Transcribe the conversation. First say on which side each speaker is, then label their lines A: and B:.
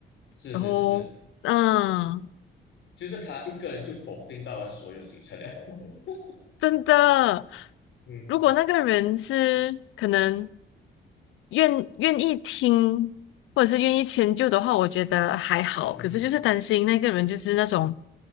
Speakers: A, on the left (about 70°); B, on the left (about 80°).
A: 是是是是，
B: 然后嗯。
A: 就是他一个人就否定到了所有行程了。<laughs>
B: 真的，
A: 嗯
B: 如果那个人是可能愿愿意听，或者是愿意迁就的话，我觉得还好。
A: 嗯
B: 可是就是担心那个人就是那种，